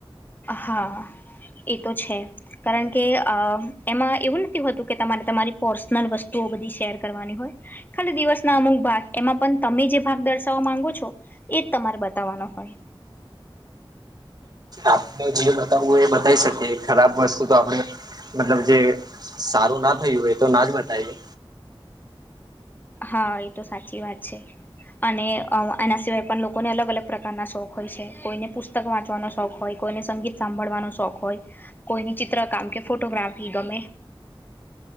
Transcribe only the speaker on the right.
આપણે જે બતાવું હોય એ બતાવી શકીએ ખરાબ વસ્તુ તો આપણે, મતલબ જે સારું ના થઈ હોય તો ના જ બતાઇએ.